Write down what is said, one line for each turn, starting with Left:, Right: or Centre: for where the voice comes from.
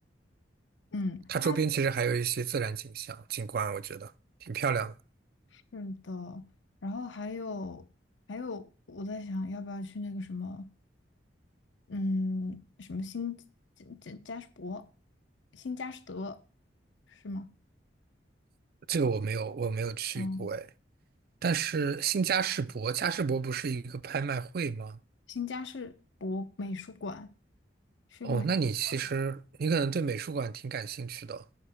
Left: 嗯，
Right: 它周边其实还有一些自然景象景观，
Left: 它
Right: 我觉得挺漂亮的。
Left: 是的。然后还有还有，我在想要不要去那个什么，嗯，什么新加加加什伯，新加什德是吗？
Right: 这个我没有，我没有去过哎。
Left: 嗯。
Right: 但是新嘉士伯，嘉士伯不是一个拍卖会吗？
Left: 新家是博美术馆，是个美术馆。
Right: 哦，那你其实你可能对美术馆挺感兴趣的哦。